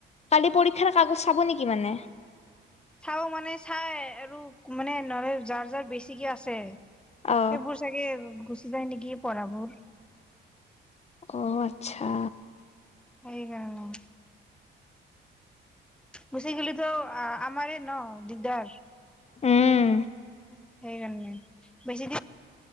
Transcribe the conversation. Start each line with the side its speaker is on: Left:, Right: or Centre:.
Left: কালি পৰীক্ষাৰ কাগজ চাব নেকি মানে।
Centre: চাও মানে চাই আৰু মানে। নহলে যাৰ-যাৰ বছি কি আছে। ছয় <unintelligible>
Left: অ
Centre: সেইবোৰ চাগে গো সি যায় নেকি পঢ়াবোৰ।
Left: অ আচ্ছা,
Centre: সেই কাৰণে। গুচি গলে তো আমাৰে ন। দিগদাৰ। সেইকাৰনে।
Left: উম
Centre: বেছি